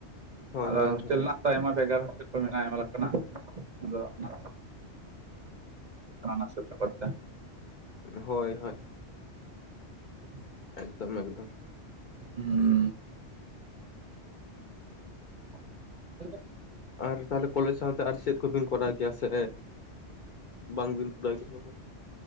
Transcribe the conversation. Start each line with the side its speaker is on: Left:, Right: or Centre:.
Left: ᱦᱳᱭ
Right: ᱟᱫᱚ
Left: ᱦᱳᱭ
Right: ᱦᱳᱥᱴᱮᱞ
Left: ᱦᱳᱭ
Right: ᱨᱮᱱᱟᱜ ᱫᱚ ᱟᱭᱢᱟ ᱵᱷᱮᱜᱟᱨ ᱦᱥᱴ <unintelligible> ᱢᱮᱱᱟᱜᱼᱟ ᱟᱭᱢᱟ ᱞᱮᱠᱟᱱᱟᱜ ᱟᱫᱚ ᱚᱱᱟ ᱱᱟᱥ ᱠᱷᱪ <unintelligible>
Left: ᱦᱳᱭ ᱦᱳᱭ
Right: <unintelligible>
Left: ᱮᱠᱫᱚᱢ ᱮᱠᱫᱚᱢ
Right: ᱦᱮᱸ ᱦ <unintelligible>
Left: ᱟᱨ ᱛᱟᱦᱚᱞᱮ ᱠᱚᱞᱮᱡᱽ ᱥᱟᱶᱛᱮ ᱟᱨ ᱪᱮᱫ ᱠᱚᱵᱤᱱ ᱠᱚᱨᱟᱣ ᱜᱮᱭᱟ ᱥᱮ ᱵᱟᱝᱵᱤᱱ ᱠᱚᱨᱟᱣ ᱜᱮᱭᱟ?